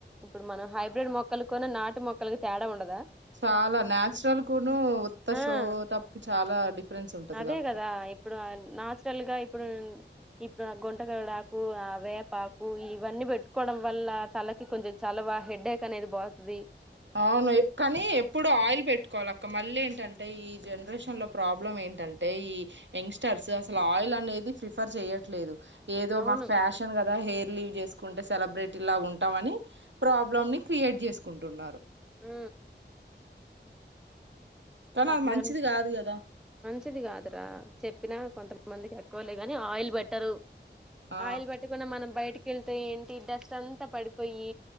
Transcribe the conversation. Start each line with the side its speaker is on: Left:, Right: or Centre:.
Centre: ఇప్పుడు మనం హైబ్రిడ్ మొక్కలు కూను నాటు మొక్కలకి తేడా ఉండదా
Right: చాలా న్యాచురల్ కును ఉత్త షో
Centre: ఆ!
Right: టప్ కి చాలా డిఫరెన్స్ ఉంటదిగా
Centre: అదే
Right: అక్క
Centre: కదా ఇప్పుడు న్యాచురల్ గా ఇప్పుడు ఇప్పుడు ఆ గుంటకాలుడాకు ఆ వేపాకు ఇవన్నీ పెట్టుకోవడం వల్ల తలకి కొంచెం చాలవా హెడ్డేక్ అనేది బాగుతుది
Right: అవును కానీ ఎప్పుడు ఆయిల్ పెట్టుకోవాలి అక్క మళ్ళీ ఏంటంటే ఈ జనరేషన్ లో ప్రాబ్లం ఏంటంటే ఈ యంగ్స్టర్స్ అసలు ఆయిల్ అనేది ప్రిఫర్ చేయట్లేదు ఏదో
Centre: అవును
Right: మాకు ఫ్యాషన్ గా హెయిర్ లీవ్ చేసుకుంటే సెలబ్రిటీ లా ఉంటాం అని ప్రాబ్లమ్ ని క్రియేట్ చేసుకుంటున్నారు
Centre: మ్
Right: కానీ
Centre: అట్లానే
Right: అది మంచిది కాదు కదా
Centre: మంచిది కాదురా చెప్పినా కొంతమందికి ఎక్కువలే ని ఆయిల్ బెట్టర్
Right: ఆ
Centre: ఆయిల్ పెట్టుకుండా మనం బయటి కెళ్తే ఏంటి డస్ట్ అంతా పడిపోయి